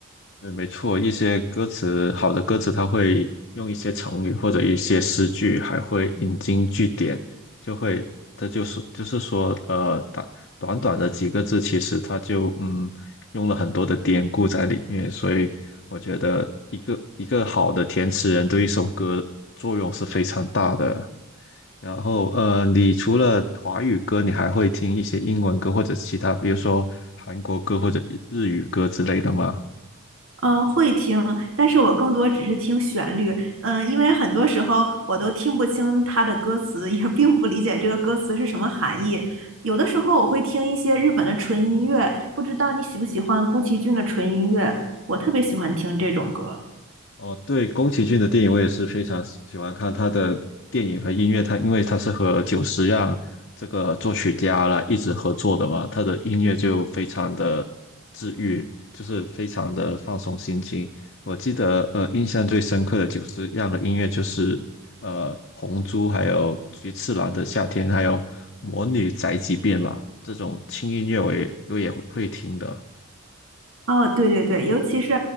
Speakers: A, on the left; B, on the right.
A: 嗯，没错，一些歌词好的歌词，它会用一些成语或者一些诗句，还会引经据典，就会，这就是就是说，呃，短短短的几个字，其实它就嗯用了很多的典故在里面，所以我觉得一个一个好的填词人对一首歌作用是非常大的。然后，呃，你除了华语歌，你还会听一些英文歌或者其他，比如说韩国歌或者日语歌之类的吗？
B: 嗯，会听，但是我更多只是听旋律，嗯，因为很多时候我都听不清它的歌词，也并不理解这个歌词是什么含义。有的时候我会听一些日本的纯音乐，不知道你喜不喜欢宫崎骏的纯音乐，我特别喜欢听这种歌。
A: 哦，对，宫崎骏的电影我也是非常喜喜欢看他的电影和音乐，他因为他是和久石让这个作曲家啦一直合作的嘛，他的音乐就非常的治愈，就是非常的放松心情。我记得呃，印象最深刻的久石让的音乐就是呃《红猪》还有《菊次郎的夏天》还有《魔女宅急便》吧，这种轻音乐我也我也会听的。
B: 哦，对对对，尤其是，